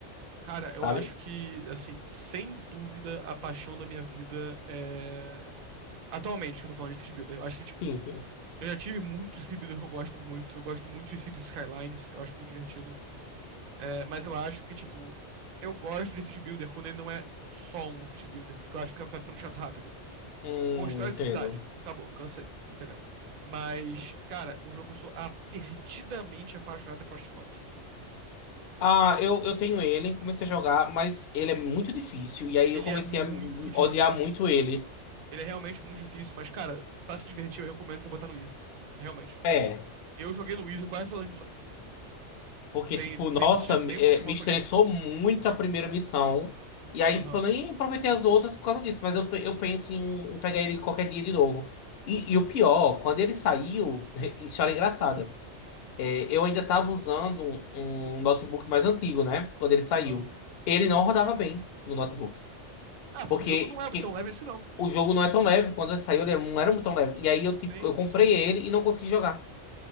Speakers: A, on the right; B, on the left.
A: Cara, eu
B: Sabe?
A: acho que, assim, sem dúvida, a paixão da minha vida é. Atualmente, que eu tô falando de City Builder, eu acho que, tipo,
B: Sim, sim.
A: eu já tive muito City Builder que eu gosto muito. Eu gosto muito de Cities Skylines, eu acho muito divertido. É, mas eu acho que, tipo, eu gosto de city builder quando ele não é só um city builder, porque eu acho que vai ficando chato rápido.
B: Hum,
A: Tipo, constrói
B: entendo.
A: sua cidade. Acabou, cansei, entendeu? Mas, cara, um jogo que eu sou ah, perdidamente apaixonado é Frostpunk.
B: Ah, eu, eu tenho ele, comecei a jogar, mas ele é muito difícil. E aí
A: Ele
B: eu comecei
A: é muito
B: a
A: difícil.
B: odiar muito ele.
A: Ele é realmente muito difícil, mas, cara, pra se divertir, eu recomendo você botar no Easy. Realmente.
B: É.
A: Eu joguei no Easy quase todas as missões.
B: Porque,
A: Sem,
B: tipo,
A: sem
B: nossa,
A: me sentir nem
B: é,
A: um pouquinho
B: me
A: mal
B: estressou
A: por isso.
B: muito a primeira missão. E aí,
A: Aham,
B: tipo, eu nem aproveitei as outras por causa disso. Mas eu, pe- eu penso em, em pegar ele qualquer dia de novo. E, e o pior, quando ele saiu, <laughs> história engraçada. é, eu ainda tava usando um, um notebook mais antigo, né? Quando ele saiu.
A: aham.
B: Ele não rodava bem no notebook.
A: Ah, porque
B: Porque
A: o jogo não é
B: que-
A: tão leve assim, não.
B: o jogo não é tão leve. Quando ele saiu, ele não era tão leve. E aí eu, tive-
A: Sim,
B: eu comprei
A: sim.
B: ele e não consegui jogar.